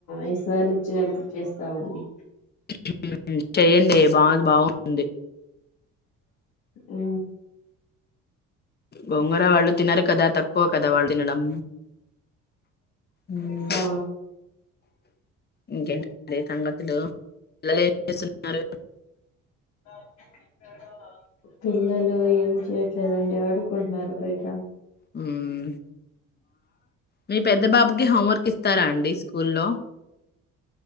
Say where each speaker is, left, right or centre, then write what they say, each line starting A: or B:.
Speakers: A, on the left; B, on the left.
A: ఈసారి వచ్చినప్పుడు చేస్తామండి
B: ఉ మ్ చేయండి బాగుంది బాగుంది.
A: ఉ
B: గోంగూర వాళ్ళు తినారు కాదా తక్కువ కదా వాళ్ళు తినడం ఉమ్.
A: ఆ
B: ఇంకేంటి అండి సంగతులు పిల్లలు ఏం చేస్తున్నారు.
A: ఆ పిల్లలు ఏం చేయట్లేదండి ఆడుకుంటున్నారు బయట
B: ఉమ్ మీ పెద్ద బాబుకి హోంవర్క్ ఇస్తారా అండి స్కూల్లో